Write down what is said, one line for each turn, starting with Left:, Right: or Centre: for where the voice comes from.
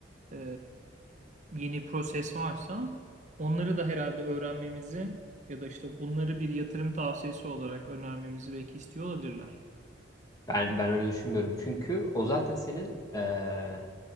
Right: e, yeni proses varsa onları da herhalde öğrenmemizi ya da işte bunları bir yatırım tavsiyesi olarak önermemizi belki istiyor olabilirler.
Left: Ben ben öyle düşünmüyorum. Çünkü o zaten senin eee,